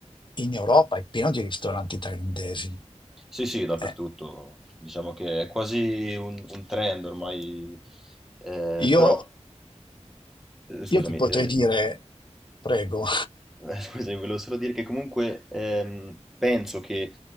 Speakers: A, on the left (about 40°); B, in the centre.
A: in Europa è pieno di ristoranti thailandesi.
B: Sì, sì, dappertutto.
A: Eh,
B: Diciamo che è quasi un un trend ormai, ehm,
A: Io,
B: però, uhm, scusami,
A: io ti potrei
B: ehm
A: dire, prego.
B: Eh, <laughs> Scusami, volevo solo dire che comunque ehm, penso che